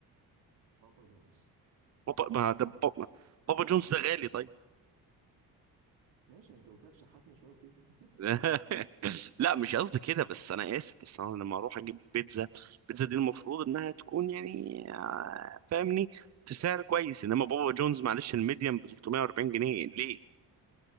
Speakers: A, on the right; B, on the right.
A: بابا جونز
B: بابا ما
A: انسى
B: ده بابا بابا جونز ده غالي طيب
A: ماشي ما انت قلت لك شحات من شويه قلت لي <laughs>
B: <laughs> لا مش قصدي كده بس انا اسف بس انا لما اروح اجيب بيتزا بيتزا دي المفروض انها تكون يعني آه، فاهمني في سعر كويس انما بابا جونز معلش الميديم ب 340 جنيه ليه؟